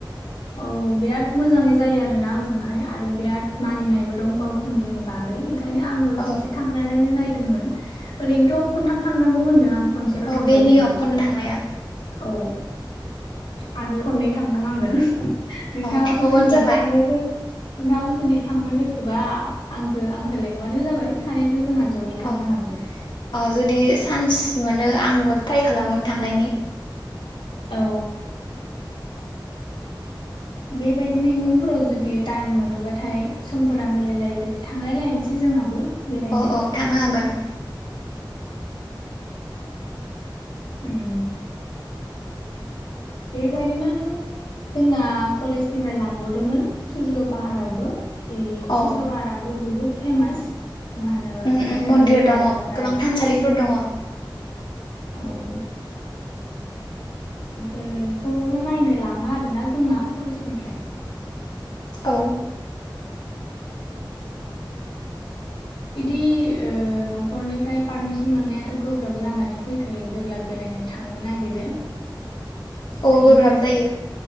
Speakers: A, on the left; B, on the left.
A: औ बिराद मोजाङै जायो आरोना ओजोंहाय आरो बिराद मानिनायबो दं बावखुंग्रिनि बागै। ओंखायनो आंबो
B: औ
A: खनसे थांनानै नायदोंमोन। <inaudible> ओरैनोथ' खनथाम थांनांगौ होनदों आं खनसेल'
B: अ
A: थांबाय
B: बे नियम
A: खिन्थु
B: खननो थांनाया
A: औ आरो खननै थांबावनांगोन। नोंथाङाबो
B: अ थांबावबानो
A: जुदि
B: जाबाय
A: थांनो गोस नोंथाङाबो जुदि थांनो गोस बा आंजो आंखौ लेंबानो जाबाय सानैजों जोंहा जयै थांनो
B: अ
A: हागोन
B: अ जुदि चान्स मोनो आंबो ट्राइ खालामगोन थांनायनि।
A: औ बेबायदिनो इयुनफोराव जुदि टाइम मोनोबाथाय समफोरा मिलायलायबा थांलायलायनोसै जोंहाबो। बेरायनो
B: औ औ थांनो हागोन।
A: उम बेबायदिनो आरो जोंना कलेजनिफ्राय लांबोदोंमोन सुर्ज पाहारावबो। ए
B: औ
A: सर्ज पाहाराबो बहुद फेमास मा होनो
B: उम उम
A: अन्थाइनि
B: मन्दिर दङ
A: दाजाबनाय
B: गोबां थानसालिफोर दङ।
A: <unintelligible> बेखौनो नायनो लाङो आरोना जोंना कलेजनिफ्राय।
B: औ
A: बिदि ओ न'खरनिफ्राय पारमिसन मोननायाथ' गोब्राब जानानै फैखायो जेब्ला बेरायनो थांनो नागिरो। ओंखायनो
B: औ गोब्राब जायो